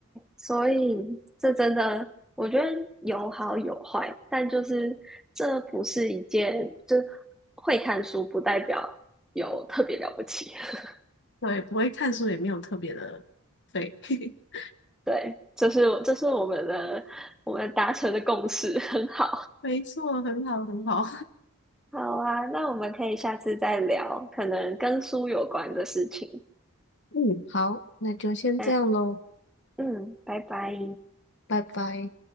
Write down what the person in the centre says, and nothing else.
所以这真的，我觉得有好有坏，但就是这不是一件，就是会看书不代表有特别了不起。<laughs>
对，这是这是我们的我们达成的共识，很好。
好啊，那我们可以下次再聊，可能跟书有关的事情。
嗯嗯，拜拜。